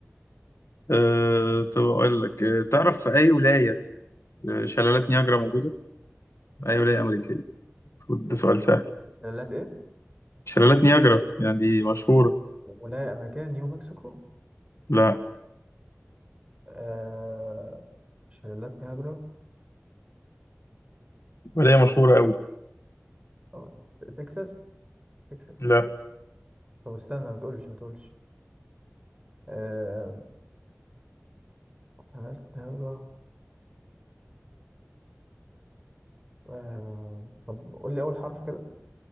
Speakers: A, on the left (about 65°); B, on the right (about 20°).
A: أه طب أقول لك آه، تعرف في أي ولاية آه، شلالات نياجرا موجودة؟ أي ولاية أمريكية ده سؤال سهل
B: شلالات ايه
A: شلالات نياجرا يعني دي مشهورة
B: ولاية امريكية نيو مكسيكو
A: لا
B: آه شلالات نياجرا
A: ولا هي مشهورة أوي
B: أو تكساس تكساس
A: لا
B: طب استنى ما تقولش ما تقولش آه شلالات نياجرا آه طب قول لي اول حرف كده